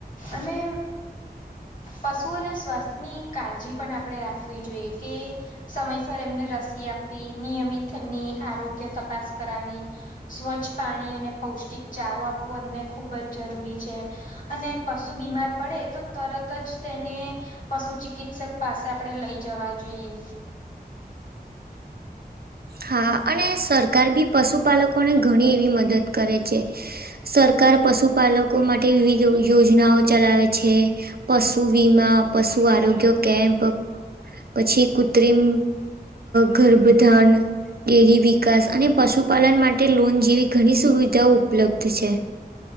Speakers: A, on the left; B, on the right.
A: અને પશુઓના સ્વાસ્થ્યની કાળજી પણ આપણે રાખવી જોઈએ કે સમય એમને રસી આપવી, નિયમિત એમની આરોગ્ય તપાસ કરાવી. સ્વચ્છ પાણી અને પૌષ્ટિક ચારો આપવો એમને ખુબ જ જરૂરી છે. અને પશુ બીમાર પડે તો તરત જ તેને પશુ ચિકિત્સક પાસે આપણેે લઈ જવા જોઈએ.
B: હા અને સરકાર બી પશુપાલકોને ઘણી એવી મદદ કરે છે. સરકાર પશુપાલકો માટે વિવિધ યોજનાઓ ચલાવે છે. પશુ વીમા, પશુ આરોગ્ય કેમ્પ. પછી કૃત્રિમ ગર્ભધાન. ડેરી વિકાસ અને પશુપાલન માટે લોન જેવી ઘણી સુવિધાઓ ઉપલબ્ધ છે.